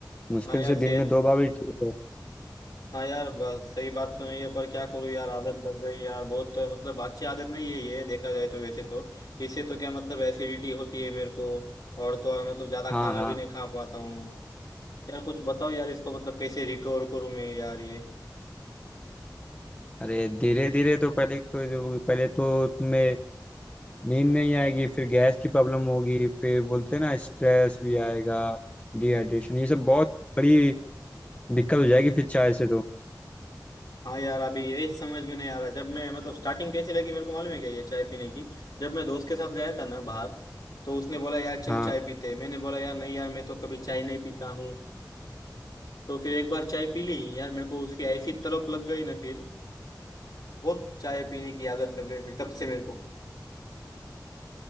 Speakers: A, on the left; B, on the left.
A: मुश्किल
B: हाँ यार
A: से
B: सेहत
A: दिन में दो बार भी ठीक है
B: हाँ यार ब- सही बात तो नहीं है पर क्या करूँ यार आदत लग गई यार बहुत मतलब अच्छी आदत नहीं है ये देखा जाए तो वैसे तो इससे तो क्या मतलब एसिडिटी होती है मेरे को और तो और मतलब ज्यादा खाना
A: हाँ हाँ
B: भी नहीं खा पाता हूँ यार कुछ बताओ यार इसको मतलब कैसे रिकवर करूँ मैं यार ये
A: अरे धीरे धीरे तो पहले तो पहले तो तुम्हें नींद नहीं आएगी फिर गैस की प्रॉब्लम होगी फिर बोलते हैं ना स्ट्रेस भी आएगा डिहाइड्रेशन ये सब बहुत बड़ी दिक्कत हो जाएगी फिर चाय से तो
B: हाँ यार अभी यही समझ में नहीं आ रहा जब मैं मतलब स्टार्टिंग कैसी लगी मेरे को मालूम है क्या ये चाय पीने की जब मैं दोस्त के साथ गया था ना बाहर तो उसने बोला यार चल
A: हाँ
B: चाय पीते हैं मैंने बोला यार नहीं यार मैं तो कभी चाय नहीं पीता हूँ तो फिर एक बार चाय पी ली यार मेरे को उसकी ऐसी तलब लग गई ना फिर बहुत चाय पीने की आदत लग गई फिर तब से मेरे को